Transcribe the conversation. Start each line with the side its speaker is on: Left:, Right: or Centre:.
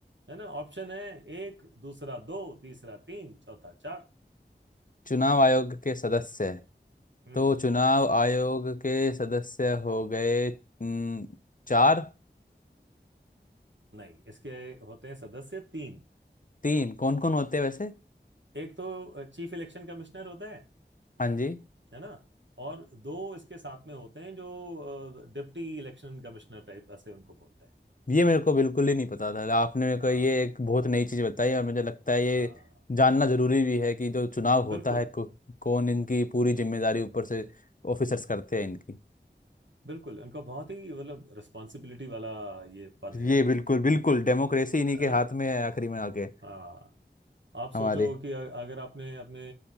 Right: है ना ऑप्शन है एक दूसरा दो तीसरा तीन चौथा चार
Left: चुनाव आयोग के सदस्य
Right: हम्म
Left: तो चुनाव आयोग के सदस्य हो गए हम्म, चार
Right: नहीं इसके होते हैं सदस्य तीन
Left: तीन कौन कौन होते हैं वैसे
Right: एक तो चीफ इलेक्शन कमिश्नर होता है
Left: हाँ जी
Right: है ना और दो इसके साथ में होते हैं जो डिप्टी इलेक्शन कमिश्नर टाइप ऐसे उनको बोलते हैं
Left: ये मेरे को बिल्कुल ही नहीं पता था आपने मेरे को
Right: हाँ
Left: ये एक बहुत नई चीज़ बताई और मुझे लगता है ये
Right: हाँ
Left: जानना जरूरी भी है कि जो चुनाव होता
Right: बिल्कुल
Left: है को, कौन इनकी पूरी जिम्मेदारी ऊपर से ऑफिसर्स करते हैं इनकी
Right: बिल्कुल उनको बहुत ही मतलब रिस्पॉन्सिबिलिटी वाला ये पद
Left: ये
Right: है
Left: बिल्कुल बिल्कुल डेमोक्रेसी इन्हीं
Right: है
Left: के
Right: ना
Left: हाथ में है आखिरी में आके
Right: हाँ आप सोचो
Left: हमारे
Right: कि अ- अगर आपने अपने